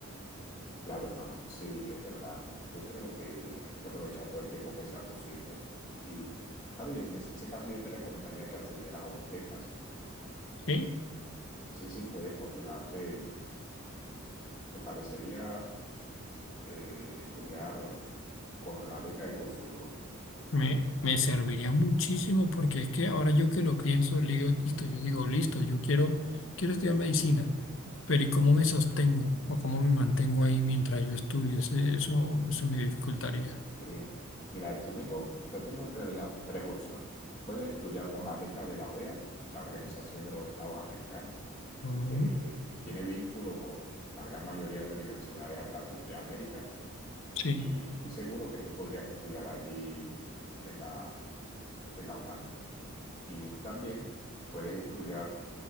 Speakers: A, on the left; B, on the left.
A: claro, hermano, sí, es verdad. Yo creo que hay que aprovechar todo el tiempo que sea posible. Y, ¿sabes? En ese caso yo te recomendaría que accedieras a unas becas.
B: ¿sí?
A: Sí, sí, puedes postularte. Me parecería eh, estudiar con la beca de Colfuturo.
B: Me, me serviría muchísimo porque es que ahora yo que lo pienso, le digo, listo, yo digo, listo, yo quiero, quiero estudiar medicina, pero ¿y cómo me sostengo o cómo me mantengo ahí mientras yo estudio? Ese- Eso, eso me dificultaría.
A: Sí. Mira, te tengo, te tengo en realidad tres opciones. Puedes estudiar con las becas de la OEA, la Organización de los Estados Americanos,
B: Mm,
A: que tiene vínculo con la gran mayoría de universidades en Lati- de América,
B: sí,
A: y estoy seguro que tú podrías estudiar allí en la, en la UNAM. Y también puedes estudiar